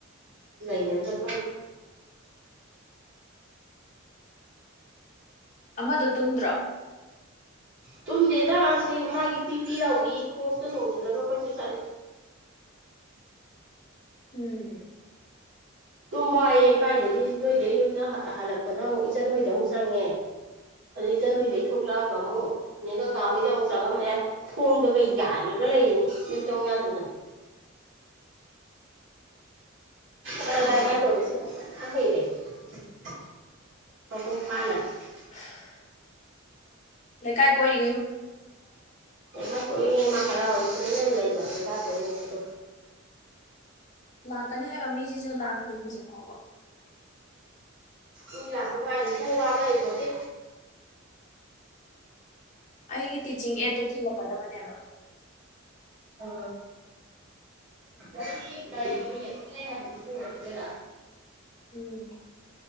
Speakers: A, on the right (about 60°); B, on the left (about 35°).
A: ꯂꯩꯒꯗ꯭ꯔꯥ ꯈꯪ
B: ꯑꯃꯗꯨ ꯇꯨꯝꯗ꯭ꯔꯣ
A: ꯇꯨꯝꯗꯦꯗ ꯁꯤ ꯃꯥꯒꯤ ꯄꯤ ꯄꯤꯔꯥꯎꯕꯤ ꯈꯣꯡꯎꯞꯇꫭ ꯇꯣꯡꯖꯜꯂꯒ ꯀꯣꯏꯆꯠ ꯆꯠꯂꯤ
B: ꯎꯝ
A: ꯇꯨꯝꯕꯥꯏꯌꯦ ꯀꯥꯏꯗꯒꯤ ꯅꯣꯏꯗꯩ ꯌꯨꯝꯗ ꯍ ꯍꯜꯂꯛꯄꯗ ꯑꯃꯨꯛ ꯏꯆꯟ ꯍꯣꯏꯗ ꯑꯃꯨꯛ ꯆꯪꯉꯦ ꯑꯗꯨꯗ ꯏꯆꯟ ꯍꯣꯏꯗꯩ ꯊꯣꯛꯂꯛꯑꯒ ꯑꯃꯨꯛ ꯅꯦ ꯒꯪꯒꯥꯥ ꯍꯣꯏꯗ ꯑꯃꯨꯛ ꯆꯪꯉꯝꯗꯦ ꯊꯣꯡꯗꯒ ꯌꯥꯜꯂꯒ ꯂꯩꯔꯤꯅꯤ ꯌꯨꯝ ꯆꯪꯉꯨ ꯌꯥꯗꯗꯅ ꯂ
B: ꯅꯨꯡꯉꯥꯏꯔꯤꯅꯦ
A: ꯂꯥ ꯏꯆꯥ ꯊꫭꯝꯕꯤꯁ‌ꯦ ꯐꯖꯅꯥ ꯍꯩꯔꯦ <unintelligible>
B: <inaudible> ꯂꯩꯀꯥꯏ ꯀꯣꯏꯔꯤ
A: ꯑꯦꯕꯥ ꯀꯣꯏꯌꯤꯅꯦ ꯃꯥ ꯍꯔꯥꯎꯔ ꯇꯨꯃꯤꯟꯅ ꯂꯩꯕ ꯑꯦꯕꯥ ꯀꯣꯏꯌꯤꯅꯦ <unintelligible>
B: ꯂꯥꯛꯀꯅꯤ ꯍꯥꯏꯕ ꯃꯤꯁꯤꯁꯨ ꯂꯥꯛꯇꯦ ꯍꯧꯖꯤꯛ ꯐꯥꯎꯕ
A: ꯏ ꯂꯥꯛꯄ ꯉꯥꯏꯕꯁꯤꯃꯨꯛ ꯋꯥꯕ ꯂꯩ ꯄꫭꯟꯇꯦ
B: ꯑꯩꯒꯤ ꯇꯤꯆꯤꯡ ꯑꯦꯗꯠꯇꯣ ꯊꯤꯜꯂꯛꯀꯗꯕꯅꯦꯕ
A: ꯑ ꯅꯪꯒꯤ <unintelligible> ꯍꯥꯏꯕꯗꯨ ꯄꯨꯔꯛꯇꯨꯏꯔꯥ
B: ꯎꯝ